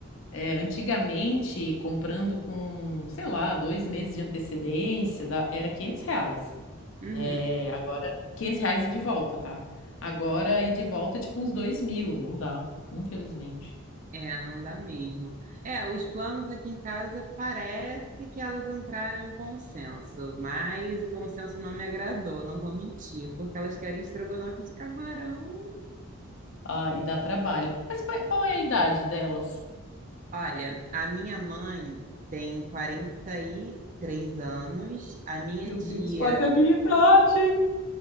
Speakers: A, on the left; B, on the right.
A: É, antigamente, comprando com, sei lá, dois meses de antecedência, da- era 500 reais.
B: Uhum.
A: É, agora, 500 reais e de volta, tá? Agora, e de volta, é tipo uns dois mil, não dá, infelizmente.
B: É, não dá mesmo. É, os planos aqui em casa parece que elas entraram em um consenso, mas o consenso não me agradou, não vou mentir, porque elas querem estrogonofe de camarão.
A: Ah, e dá trabalho. Mas qual é, qual é a idade delas?
B: Olha, a minha mãe tem 43 anos, a minha
A: Meu
B: tia
A: Deus, quase a minha idade!